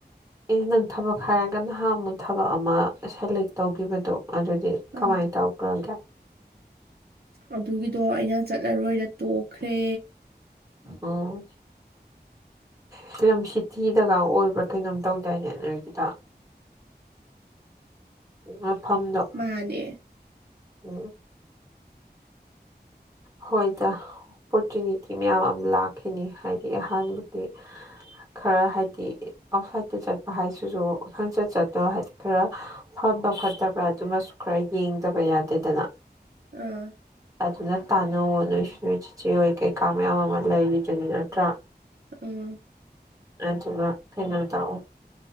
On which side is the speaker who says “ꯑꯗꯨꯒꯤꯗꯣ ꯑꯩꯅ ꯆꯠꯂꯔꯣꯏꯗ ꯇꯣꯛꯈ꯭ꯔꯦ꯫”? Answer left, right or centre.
Right